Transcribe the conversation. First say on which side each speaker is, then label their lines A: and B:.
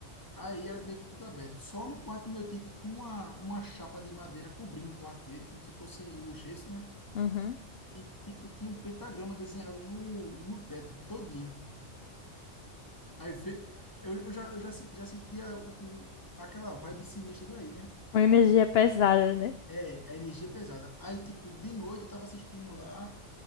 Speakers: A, on the left; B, on the left.
A: Aí era meio que tudo aberto. Só no quarto do meu tio que tinha uma, uma chapa de madeira cobrindo o quarto dele, como se fosse o gesso, né?
B: Uhum.
A: E tipo, tinha um pentagrama desenhado no, no teto todinho. Aí ve- eu, eu já, eu já, se- já sentia o, o- aquela vibe sinistra daí, né?
B: Uma energia pesada, né?
A: É, a energia pesada. Aí, tipo, de noite eu tava assistindo lá,